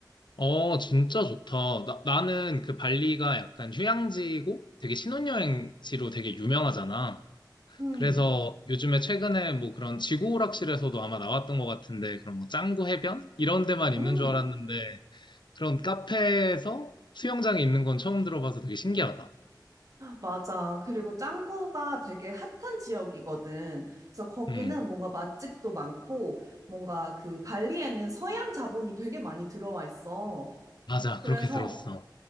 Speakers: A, on the left; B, on the right.
A: 어, 진짜 좋다. 나, 나는 그 발리가 약간 휴양지고 되게 신혼여행지로 되게 유명하잖아.
B: 음,
A: 그래서 요즘에 최근에 뭐 그런 지구 오락실에서도 아마 나왔던 것 같은데 그런 뭐 짱구 해변? 이런 데만 있는
B: 음.
A: 줄 알았는데 그런 카페에서 수영장이 있는 건 처음 들어봐서 되게 신기하다.
B: 맞아. 그리고 짱구가 되게 핫한 지역이거든. 그래서 거기는
A: 음,
B: 뭔가 맛집도 많고, 뭔가 그 발리에는 서양 자본이 되게 많이 들어와 있어.
A: 맞아.
B: 그래서,
A: 그렇게 들었어.